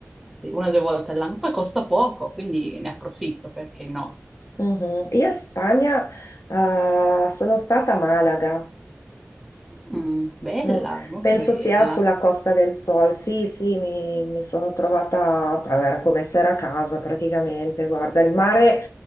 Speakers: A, in the centre; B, on the left (about 75°).
A: sì, una o due volte all'anno. Poi costa poco, quindi ne approfitto, perché no?
B: Mhm. Io in Spagna, eh, sono stata a Malaga.
A: Mm, bella,
B: Non-
A: molto
B: penso
A: bella.
B: sia sulla Costa del Sol. Sì, sì, mi, mi sono trovata, beh, era come essere a casa praticamente. Guarda, il mare,